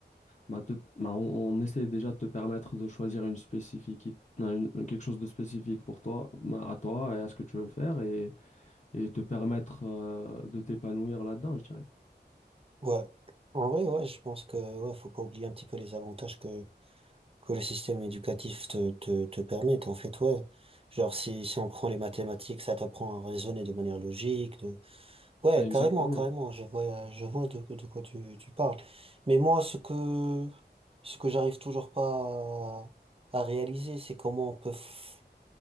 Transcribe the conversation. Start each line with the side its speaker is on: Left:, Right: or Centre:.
Left: bah, te- bah, on, on essaie déjà de te permettre de choisir une spécifique, quelque chose de spécifique pour toi, bah, à toi et à ce que tu veux faire et, et te permettre euh, de t'épanouir là-dedans, je dirais.
Right: Ouais. En vrai, ouais, je pense que, ouais, faut pas oublier un petit peu les avantages que, que le système éducatif te, te, te permet, en fait, ouais. Genre, si, si on prend les mathématiques, ça t'apprend à raisonner de manière logique, Ouais,
Left: Exactement.
Right: carrément, carrément, je vois, euh, je vois de, de quoi tu, tu parles. Mais moi, ce que, ce que j'arrive toujours pas à, à réaliser, c'est comment on peut f-